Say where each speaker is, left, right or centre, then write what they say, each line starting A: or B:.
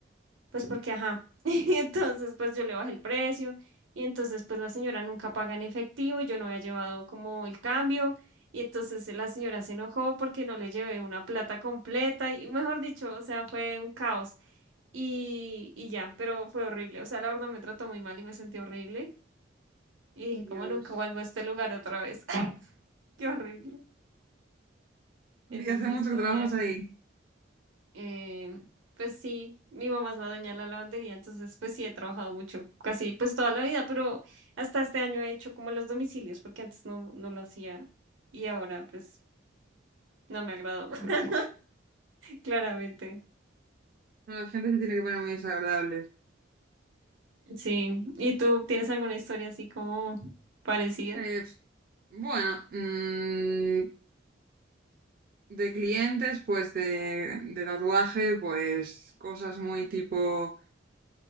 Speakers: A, on the right; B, on the right.
A: pues porque ajá. <laughs> Y entonces pues yo le bajé el precio y entonces pues la señora nunca paga en efectivo, yo no había llevado como el cambio y entonces eh, la señora se enojó porque no le llevé una plata completa y mejor dicho, o sea, fue un caos y, y ya, pero fue horrible, o sea, la verdad me trató muy mal y me sentí horrible y dije
B: Dios.
A: como nunca vuelvo a este lugar otra vez, <laughs> qué horrible, esa
B: Y hace
A: es mi
B: mucho
A: historia.
B: que trabajas ahí.
A: Eh, pues sí, mi mamá es la dueña de la lavandería, entonces pues sí he trabajado mucho, casi pues toda la vida, pero hasta este año he hecho como los domicilios, porque antes no, no lo hacía y ahora pues no me agradó, <laughs> claramente.
B: No, la gente se tiene que poner muy desagradable.
A: Sí,
B: Mm.
A: ¿y tú tienes alguna historia así como parecida?
B: Eh, bueno, mm, de clientes, pues de, de tatuaje, pues cosas muy tipo